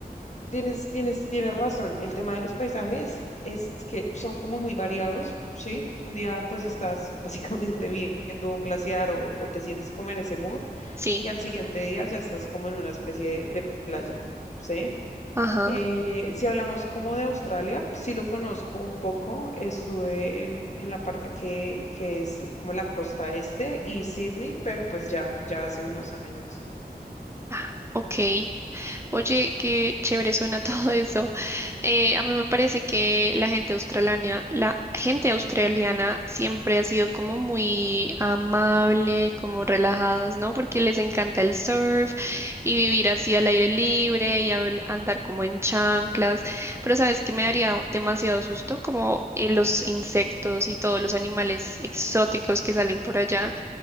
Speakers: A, on the left (about 45°); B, on the right (about 15°).
A: Tienes, tienes, tienes razón, el tema de los paisajes es que son como muy variados, ¿sí? Un día pues estás <laughs> básicamente viendo un glaciar o, o te sientes como en ese mood
B: sí.
A: y al siguiente día ya estás como en una especie de, de playa, ¿sí?
B: Ajá.
A: Eh, si hablamos como de Australia, sí lo conozco un poco. Estuve en, en la parte que, que es como la costa este y Sydney, pero pues ya, ya hace unos años.
B: Ah, Ok. Oye, qué chévere suena <laughs> todo eso. Eh, a mí me parece que la gente australiana, la gente australiana siempre ha sido como muy amable, como relajados, ¿no? Porque les encanta el surf y vivir así al aire libre y al- andar como en chanclas. Pero sabes que me daría demasiado susto como eh, los insectos y todos los animales exóticos que salen por allá.